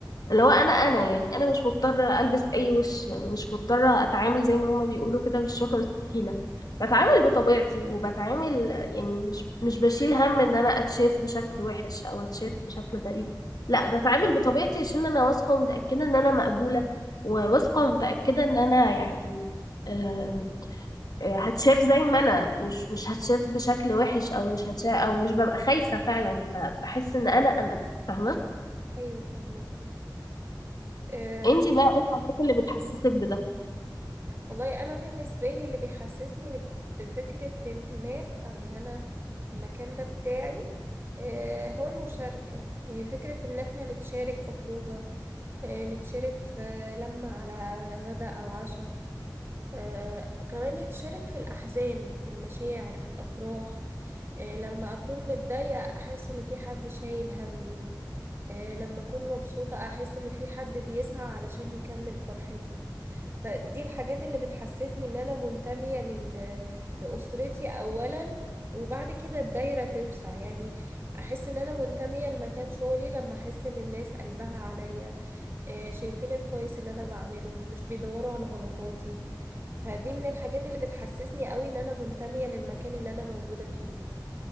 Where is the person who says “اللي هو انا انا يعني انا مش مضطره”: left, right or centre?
Left